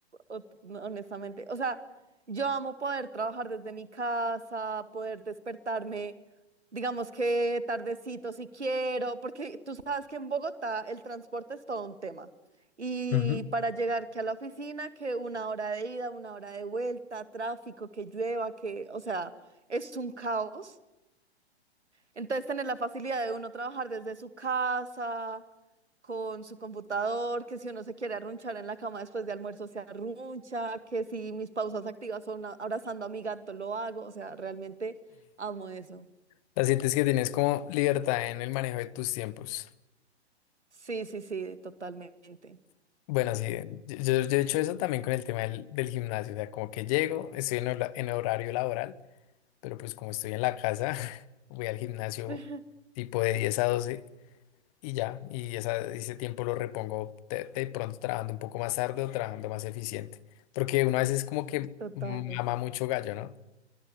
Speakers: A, on the right; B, on the left.
A: o- no, honestamente. O sea, yo amo poder trabajar desde mi casa, poder despertarme, digamos que tardecito si quiero, porque tú sabes que en Bogotá el transporte es todo un tema. Y
B: Ujú.
A: para llegar que a la oficina, que una hora de ida, una hora de vuelta, tráfico, que llueva, que, o sea, es un caos. Entonces, tener la facilidad de uno trabajar desde su casa con su computador, que si uno se quiere arrunchar en la cama después de almuerzo se arruncha, que si mis pausas activas son a- abrazando a mi gato lo hago, o sea, realmente amo eso.
B: O sea, sientes que tienes como libertad en el manejo de tus tiempos.
A: Sí, sí, sí, totalmente,
B: Bueno, sí, eh, yo, yo- yo he hecho eso también con el tema del, del gimnasio, o sea, como que llego, estoy en, hora- en horario laboral, pero pues como estoy en la casa, <laughs> voy al gimnasio
A: <laughs>
B: tipo de 10 a 12 y ya, y esa- ese tiempo lo repongo de, de pronto trabajando un poco más tarde o trabajando más eficiente, porque uno a veces como que
A: total.
B: mama mucho gallo, ¿no?